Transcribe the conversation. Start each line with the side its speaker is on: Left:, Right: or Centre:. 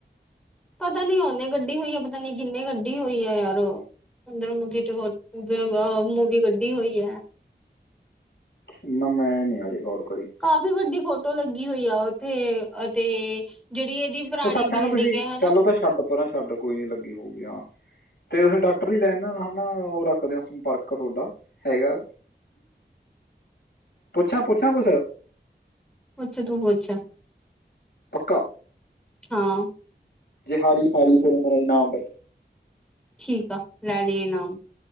Centre: ਪਤਾ ਨੀ ਓਨੇ ਗੱਡੀ ਹੋਈ ਐ, ਪਤਾ ਨੀ ਕਿੰਨੇ ਕੱਡੀ ਹੋਈ ਐ ਯਾਰ ਚੰਦਰ ਮੁਖੀ ਤੇ ਹੋਰ <unintelligible> ਅ ਮੂਵੀ ਕੱਢੀ ਹੋਈ ਐ।
Left: ਨਾ ਮੈਂ ਨੀ ਹਜੇ ਗੋਰ ਕਰੀ।
Centre: ਕਾਫੀ ਵੱਡੀ ਫੋਟੋ ਲੱਗੀ ਹੋਈ ਆ ਓਥੇ ਅਤੇ ਜਿਹੜੀ ਇਹਦੀ ਪੁਰਾਣੀ
Left: ਓ ਸਾਥਾਂ
Centre: ਬਿਲਡਿੰਗ
Left: ਨਾ ਤੁਹੀ,
Centre: ਹੈ ਹਨਾ
Left: ਚੱਲ ਓ ਤਾ ਛਾੱਡ ਪਰਾਂ ਛਾੱਡ ਕੋਈ ਨੀ ਲੱਗੀ ਹਉਗੀ ਆਂ। ਤੇ ਤੁਸੀ ਡਾਕਟਰ ਈ <unintelligible> ਓ ਰੱਖਦੇ ਆਂ ਸੰਪਰਕ ਤੋਡਾ ਹੈਗਾ ਪੁੱਛਾਂ-ਪੁੱਛਾਂ ਕੁਸ
Centre: ਪੁੱਛ, ਤੂੰ ਪੁੱਛ
Left: ਪੱਕਾ
Centre: ਹਾਂ।
Left: ਜੇ ਹਾਰੀ-ਹਾਰੀ ਫੇਰ ਮੇਰਾ ਇਨਾਮ ਏ।
Centre: ਠੀਕ ਆ, ਲੈ ਲੀ ਇਨਾਮ